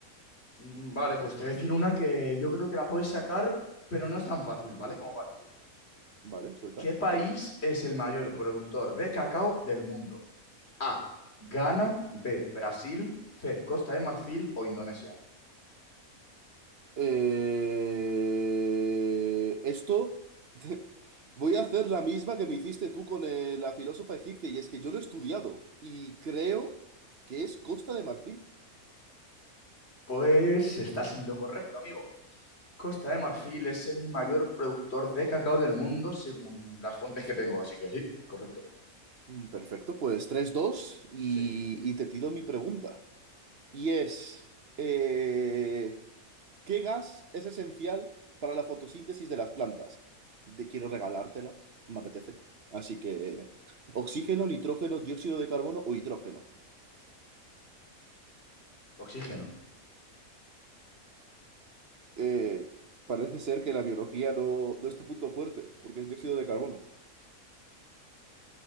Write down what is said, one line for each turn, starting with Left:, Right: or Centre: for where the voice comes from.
Left: Mm, Vale, pues te voy a decir una que yo creo que la puedes sacar, pero no es tan fácil, ¿vale? Como parece.
Right: Vale, suelta.
Left: ¿Qué país es el mayor productor de cacao del mundo? A, Ghana, B, Brasil, C, Costa de Marfil o Indonesia.
Right: Eh, esto <laughs> voy a hacer la misma que me hiciste tú con eh, la filósofa egipcia, y es que yo lo he estudiado y creo que es Costa de Marfil.
Left: Pues estás en lo correcto, amigo. Costa de Marfil es el mayor productor de cacao del mundo según las fuentes que tengo, así que sí, correcto.
Right: Mm, Perfecto, pues tres dos y,
Left: Sí,
Right: y te tiro mi pregunta. Y es, eh, ¿qué gas es esencial para la fotosíntesis de las plantas? Te quiero regalártela, me apetece. Así que, ¿oxígeno, nitrógeno, dióxido de carbono o hidrógeno?
Left: oxígeno.
Right: eh, parece ser que la biología no, no es tu punto fuerte, porque es dióxido de carbono.